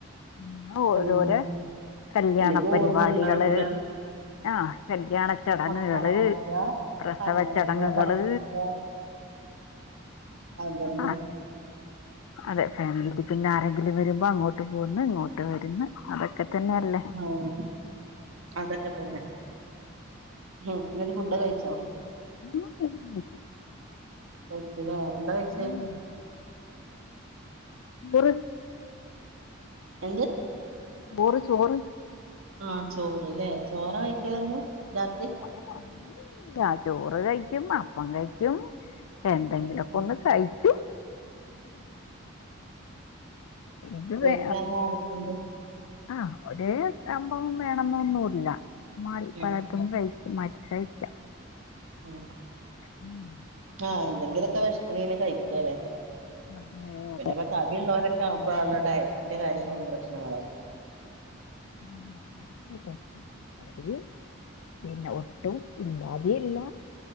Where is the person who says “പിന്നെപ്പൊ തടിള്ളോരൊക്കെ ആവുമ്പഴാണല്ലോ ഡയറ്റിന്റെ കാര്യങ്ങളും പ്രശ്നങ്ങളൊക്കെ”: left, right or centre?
Right